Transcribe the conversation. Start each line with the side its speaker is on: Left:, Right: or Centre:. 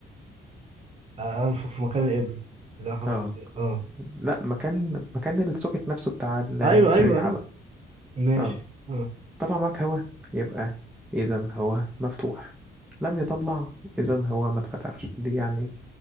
Right: آه، انفخ في مكان الابره اللي انا حاطط
Centre: اه
Right: فيه اه
Centre: لا مكان مكان السوكت نفسه بتاع الشريحة
Right: ايوه ايوه قصدي
Centre: بقى
Right: ماشي
Centre: اه
Right: اه
Centre: طلع معاك هوا يبقى إذا هو مفتوح لم يطلع إذا هو ما اتفتحش دي يعني